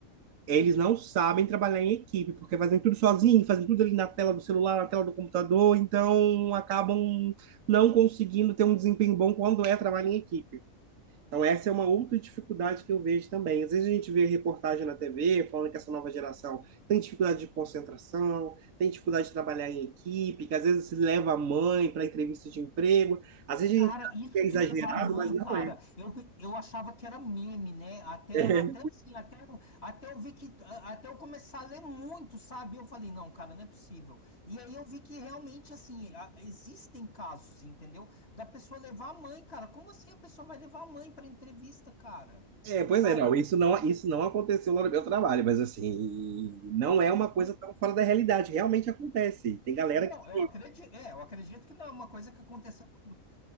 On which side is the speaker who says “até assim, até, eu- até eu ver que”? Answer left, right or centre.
Left